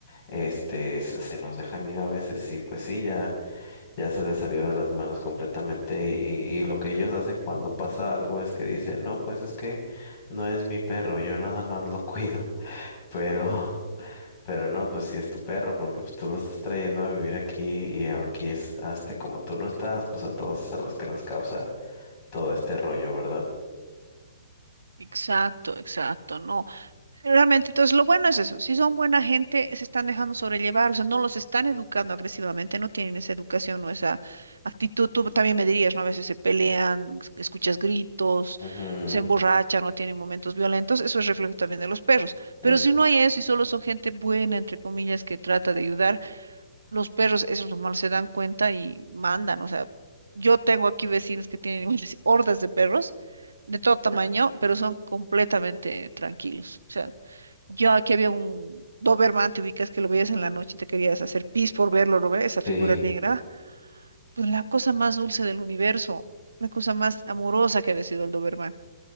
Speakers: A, on the left (about 40°); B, on the right (about 85°).
A: Este, se, se nos dejan ir a veces y pues sí, ya, ya se les salió de las manos completamente y, y y lo que ellos hacen cuando pasa algo es que dicen, no, pues es que no es mi perro, yo nada más lo cuido, <laughs> pero... Pero no, pues sí es tu perro, porque pues, tú lo estás trayendo a vivir aquí y aquí es, este, como tú no estás, pues a todos es a los que nos causa todo este rollo, ¿verdad?
B: Exacto, exacto, no. Realmente, entonces lo bueno es eso, si son buena gente, se están dejando sobrellevar, o sea, no los están educando agresivamente, no tienen esa educación o esa actitud, tú también me dirías, ¿no? A veces se pelean, es- escuchas gritos,
A: Ujú,
B: se emborrachan, no tienen momentos violentos, eso es reflejo también de los perros, pero
A: mm,
B: si no hay eso y solo son gente buena, entre comillas, que trata de ayudar, los perros, eso es lo malo, se dan cuenta y mandan, o sea, yo tengo aquí vecinos que tienen <laughs> hordas de perros de todo tamaño, pero son completamente tranquilos, o sea. Yo aquí había un Doberman, te ubicas que lo veías en la noche y te querías hacer pis por verlo, ¿no ves? Esa figura
A: Sí,
B: negra. Pues la cosa más dulce del universo, la cosa más amorosa que ha sido el Doberman,